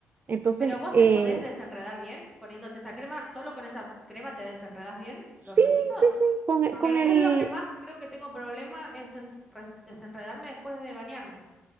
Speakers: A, on the right (about 40°); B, in the centre.
A: Entonces,
B: pero vos
A: eh,
B: te podés desenredar bien poniéndote esa crema, solo con esa crema te desenredás bien
A: sí,
B: los rulitos.
A: sí, sí, con, el-
B: Porque
A: con el,
B: es lo que más creo que tengo problema es en re- desenredarme después de bañarme.